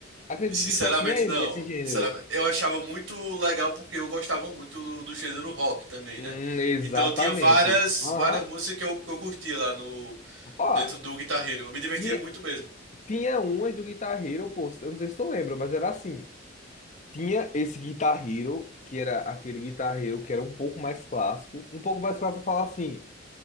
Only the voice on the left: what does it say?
Acredito
que só tinha ele
desse gênero.
Hum,
exatamente.
Aham.
Ó,
tinha.
Tinha umas do Guitar Hero, pô, eu não sei se tu lembra, mas era assim. Tinha esse Guitar Hero, que era aquele Guitar Hero que era um pouco mais clássico. Um pouco mais clássico falar assim,